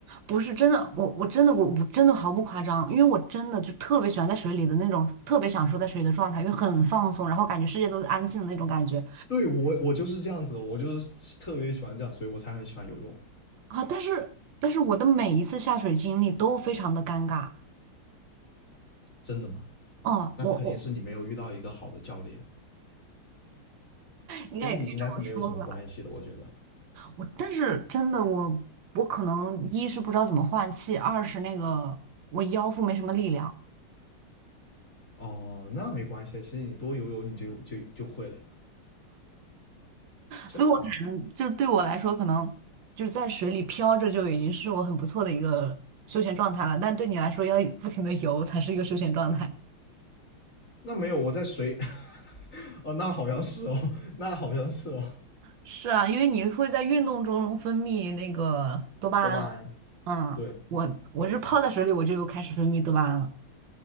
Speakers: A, on the right; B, on the left.
A: 不是真的，我我真的我我真的毫不夸张，因为我真的就特别喜欢在水里的那种，特别享受在水里的状态，因为很放松，然后感觉世界都是安静的那种感觉
B: 对我我就是这样子，我就是特别喜欢这样，所以我才很喜欢游泳。
A: 啊。但是但是我的每一次下水经历都非常的尴尬。
B: 真的吗？
A: 哦，
B: 那肯定是你没有遇到一个好的教练，
A: 我我应该也可以这么说吧。
B: 跟你应该是没有什么关系的，我觉得。
A: 我但是真的我我可能一是不知道怎么换气，二是那个我腰腹没什么力量，
B: 哦，那没关系啊，其实你多游游你就就就会了呀，真的啊
A: 所以我可能就是对我来说，可能就是在水里漂着就已经是我很不错的一个休闲状态了。但对你来说，要不停的游才是一个休闲状态。
B: 那没有，我在水，<laughs> 哦，那好像是哦，那好像是哦，
A: 是啊，因为你会在运动中分泌那个多巴胺嘛。
B: 多巴胺，
A: 嗯，
B: 对，
A: 我我是泡在水里，
B: 没错。
A: 我就开始分泌多巴胺了。